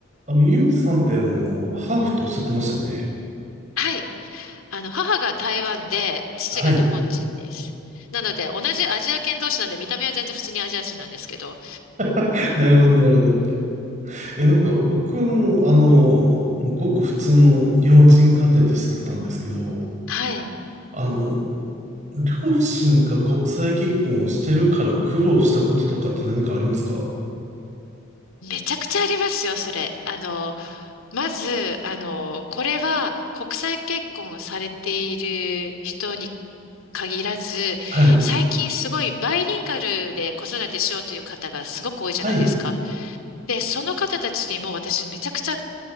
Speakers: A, on the right; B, on the left.
A: あの、ゆみさんってあの、ハーフとおっしゃってましたよね。
B: はい。あの、母が台湾で、父が日本人です。
A: はい。
B: なので、同じアジア圏同士なんで、見た目は全然普通にアジア人なんですけど、
A: <laughs> なるほど、なるほど。いや、なんか僕はもう、あの、もうごく普通の日本人家庭で育ったんですけど、
B: はい。
A: あの、両親が国際結婚をしてるから苦労したこととかって何かありますか
B: めちゃくちゃありますよ、それ。あの、まず、あの、これは国際結婚をされている人に限らず、
A: はい。
B: 最近すごいバイリンガルで子育てしようという方がすごく多いじゃないですか。
A: はい。
B: で、その方たちにも私めちゃくちゃ